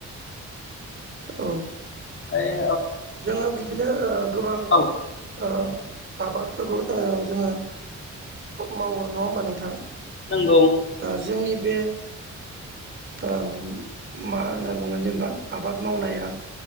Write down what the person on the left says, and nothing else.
<unintelligible>
औ
नंगौ